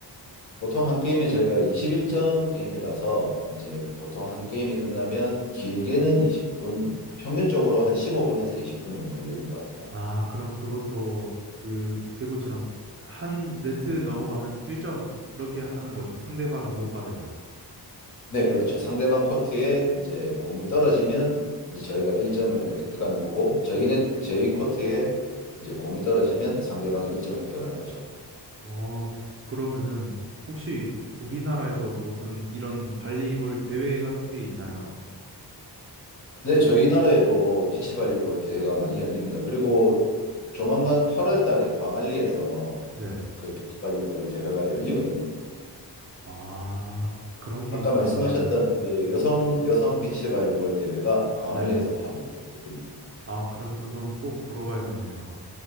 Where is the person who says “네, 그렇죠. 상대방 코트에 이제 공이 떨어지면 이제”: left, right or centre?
Left